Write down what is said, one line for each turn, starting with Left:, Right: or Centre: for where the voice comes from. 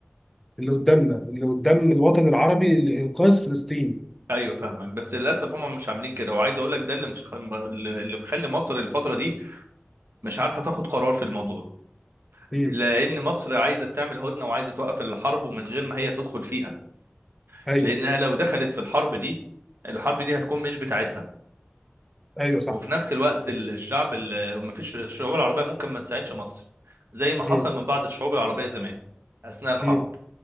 Centre: اللي قدامنا اللي قدام الوطن العربي لإنقاذ فلسطين
Right: ايوه فاهمك بس للاسف هم مش عاملين كده وعايز اقول لك ده اللي مش اللي مخلي مصر الفتره دي مش عارفه تاخد قرار في الموضوع
Centre: مم.
Right: لان مصر عايزه تعمل هدنه وعايزه توقف الحرب ومن غير ما هي تدخل فيها
Centre: أيوه
Right: لانها لو دخلت في الحرب دي الحرب دي هتكون مش بتاعتها
Centre: أيوه صح
Right: وفي نفس الوقت ال- الشعب ما فيش الشعوب العربيه ممكن ما تساعدش مصر زي ما حصل
Centre: مم.
Right: من بعض الشعوب العربيه زمان اثناء الحرب
Centre: مم.